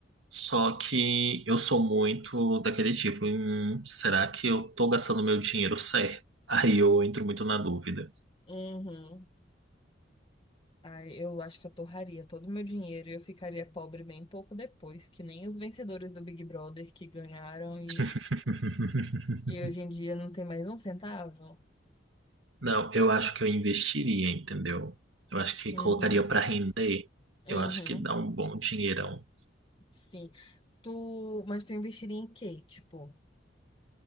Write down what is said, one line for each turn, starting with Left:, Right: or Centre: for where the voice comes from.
Right: Só que eu sou muito daquele tipo, hum, será que eu tô gastando meu dinheiro certo? Aí eu entro muito na dúvida.
Left: Uhum. Ai, eu acho que eu torraria todo o meu dinheiro e eu ficaria pobre bem pouco depois, que nem os vencedores do Big Brother que ganharam e,
Right: <laughs>
Left: e hoje em dia não tem mais um centavo.
Right: Não, eu acho que eu investiria, entendeu? Eu acho que
Left: Uhum,
Right: colocaria pra render.
Left: uhum,
Right: Eu acho que dá um bom dinheirão.
Left: sim. Tu, mas tu investiria em quê? Tipo,